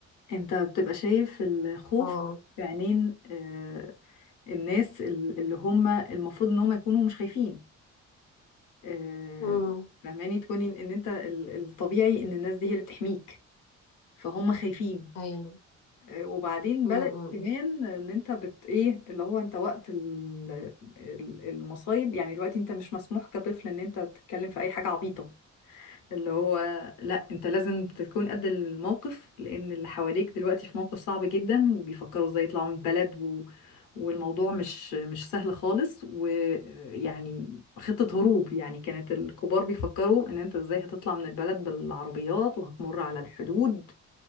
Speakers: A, on the left; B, on the left.
A: أنت بتبقى شايف الخوف
B: اه
A: في عينين آه، الناس ال- اللي هم المفروض إن هم يكونوا مش خايفين آه،
B: امم
A: فهماني تكوني ان إن انت ال- الطبيعي ان الناس دي هي اللي بتحميك فهم خايفين
B: ايوه
A: آه، وبعدين
B: امم
A: بدأ كمان ان انت بت ايه اللي هو انت وقت ال- ال- المصايب يعني دلوقتي انت مش مسموح كطفل ان انت تتكلم في اي حاجة عبيطة اللي هو لا انت لازم تكون قد الموقف لان اللي حواليك دلوقتي في موقف صعب جدا وبيفكروا ازاي يطلعوا من البلد و... والموضوع مش مش سهل خالص ويعني خطة هروب يعني كانت الكبار بيفكروا ان انت ازاي هتطلع من البلد بالعربيات وهتمر على الحدود